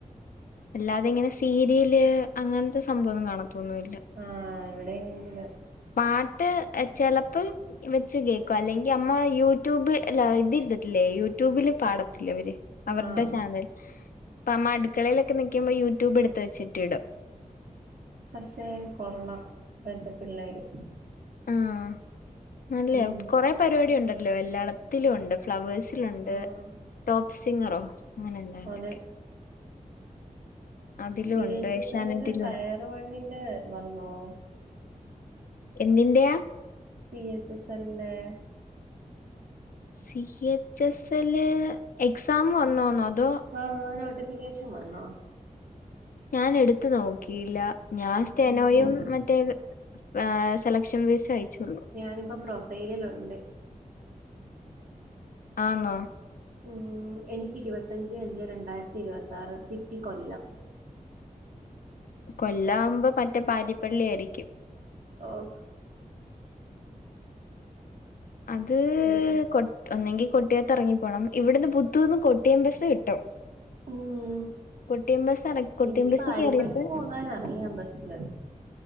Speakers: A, on the left (about 75°); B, on the right (about 75°).
A: അല്ലാതെ ഇങ്ങനെ സീരിയല് അങ്ങൻത്തെ സംഭവൊന്നും കാണത്തൊന്നുല്ല.
B: ആഹ് എവിടെഇല.
A: പാട്ട് എ ചെലപ്പം. വെച്ച് കേക്കു അല്ലെങ്കി അമ്മ യൂട്യൂബ് അല്ല ഇത് ഇരുതിട്ടില്ലേ യൂട്യൂബില് പാടത്തില്ലേ അവര്. അവരുടെ
B: ആഹ്
A: ചാനൽ ഇപ്പ അമ്മ അടുക്കളയിലൊക്കെ നിക്ക്മ്പോ യൂട്യൂബ് എടുത്ത് വെച്ചിട്ടിടും.
B: പഷേ കൊള്ളാം ഇപ്പഴത്തെ പിള്ളേര്.
A: ആഹ് നല്ലയാ
B: ഉം
A: കൊറെ പരിപാടി ഉണ്ടല്ലോ എല്ലാളത്തിലും ഉണ്ട്. ഫ്ലവേഴ്സിലുണ്ട്
B: ആഹ്
A: ടോപ്പ് സിംഗറോ അങ്ങനെന്താണ്ടൊക്കെ.
B: അതെ
A: അതിലും
B: സി
A: ഉണ്ട്
B: എച്ച്
A: ഏഷ്യാനെറ്റിലും
B: എസ് സെല്ല ടയർ വണ്ണിന്റെ വന്നോ?
A: എന്തിന്റെയ?
B: സി എച്ച് സെല്ലെ.
A: സി എച്ച് എസ്ല് എക്സാം വന്നോന്നോ അതോ?
B: ആഹ് ആ നോട്ടിഫിക്കേഷൻ വന്നോ?
A: ഞാൻ എടുത്ത് നോക്കിയില്ല. ഞാൻ സ്റ്റെനോയും
B: ഉം
A: മറ്റേ വെ ഏഹ് സെലക്ഷൻ ഫീസ് അയച്ചുള്ളു.
B: ഞാനിപ്പോ പ്രൊഫൈലിലുണ്ട്.
A: ആന്നോ?
B: ഉം എനിക്ക് ഇരുവത്തഞ്ചെ അഞ്ചെ രണ്ടായിരത്തി ഇരുപത്താറ് സിറ്റി കൊല്ലം.
A: കൊല്ലാവുമ്പൊ മറ്റേ പാരിപ്പള്ളി ആയിരിക്കും.
B: ഓഹ്.
A: അത്
B: പിന്നെ
A: കൊ ഒന്നെങ്കി കൊട്ടിയത്ത് എറങ്ങി പോണം ഇവിടുന്ന് പുത്തൂന്ന് കൊട്ടിയം ബസ്സ് കിട്ടും.
B: ഉം
A: കൊട്ടിയം ബസ് ഇറ- കൊട്ടിയം
B: എനിക്ക്
A: ബസ്
B: പാരിപ്പള്ളി
A: കയറിയിട്ട്
B: പോകാനറിയാം ബസ്സില്.